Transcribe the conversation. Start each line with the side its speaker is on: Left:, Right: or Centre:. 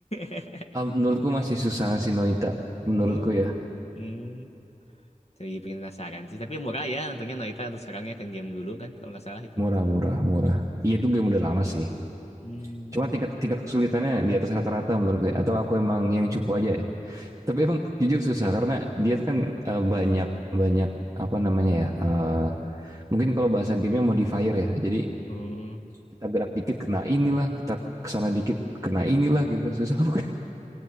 Left: <laughs>
Right: Ah, menurutku masih susah si Noita. Menurutku
Left: Hmm.
Right: ya
Left: Hmm. Jadi pengen penasaran sih. Tapi murah ya untungnya Noita untuk sekarangnya kan game dulu kan kalau nggak salah itu.
Right: murah murah murah. Iya itu game udah lama sih.
Left: Hmm.
Right: Cuma tingkat tingkat kesulitannya di atas rata-rata menurut gue. Atau aku emang yang cupu aja ya? Tapi emang jujur susah karena dia kan eh, banyak banyak apa namanya ya? eh, mungkin kalau bahasa gamenya modifier ya. Jadi
Left: Hmm.
Right: kita gerak dikit kena inilah, kita kesana dikit kena inilah gitu. <laughs> Susah bukan?